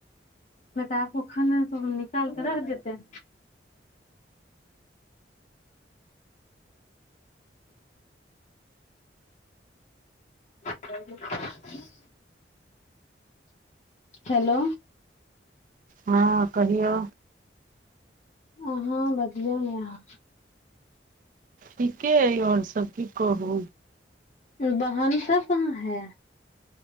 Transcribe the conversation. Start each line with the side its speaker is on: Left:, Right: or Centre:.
Left: बेटा अप्पु, खाना सब निकालके रख देते। <unintelligible> हेलो
Right: हँ कहियौ।
Left: अहाँ बढियो ने ऑ।
Right: टीके अइ आओर सब की कहू।
Left: इस बहन सब कहाँ है।